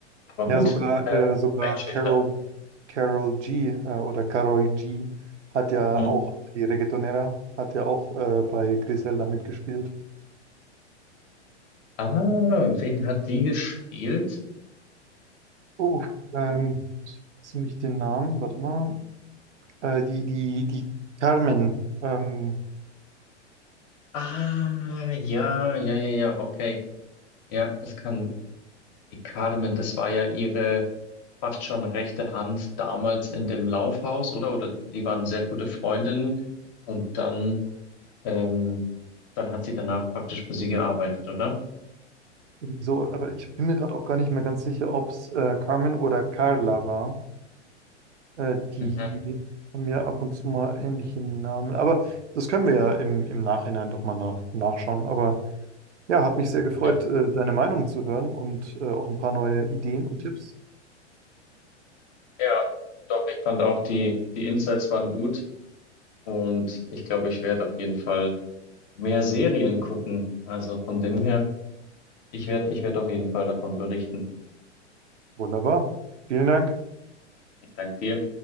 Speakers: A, on the left (about 40°); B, on the right (about 75°).
A: Aber
B: Ja,
A: gut.
B: sogar,
A: Äh,
B: äh, sogar
A: einschüchternd.
B: Carol, Carol G äh, oder Carol G hat ja
A: Mhm.
B: auch, die Reggaetonera, hat ja auch äh, bei Griselda mitgespielt.
A: Ah, wen hat die gespielt?
B: Oh, ähm, jetzt nehme ich den Namen, warte mal. Äh, die, die, die Carmen, ähm,
A: Ah, ja, ja, ja, ja, okay. Ja, es kann die Carmen, das war ja ihre fast schon rechte Hand damals in dem Laufhaus, oder? Oder die waren sehr gute Freundinnen. Und dann Ähm, dann hat sie danach praktisch für sie gearbeitet, oder?
B: so, aber ich bin mir gerade auch gar nicht mehr ganz sicher, ob es äh, Carmen oder Carla war. Äh, die
A: Mhm.
B: haben ja ab und zu mal ähnliche Namen. Aber das können wir ja im, im Nachhinein doch mal nach, nachschauen. Aber Ja, hat mich sehr gefreut,
A: Ja,
B: äh, deine Meinung zu hören und äh, auch ein paar neue Ideen und Tipps.
A: ja, doch, ich fand auch die, die Insights waren gut und ich glaube, ich werde auf jeden Fall mehr Serien gucken. Also von dem her, ich werde, ich werde auf jeden Fall davon berichten.
B: Wunderbar. Vielen Dank.
A: Ich danke dir.